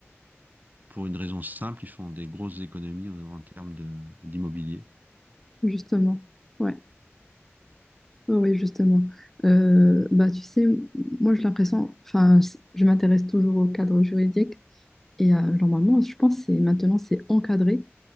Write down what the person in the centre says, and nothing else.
justement. Ouais, oui, justement. Euh, bah, tu sais, moi, j'ai l'impression, enfin, je m'intéresse toujours au cadre juridique et euh, normalement, je pense que c'est- maintenant, c'est encadré.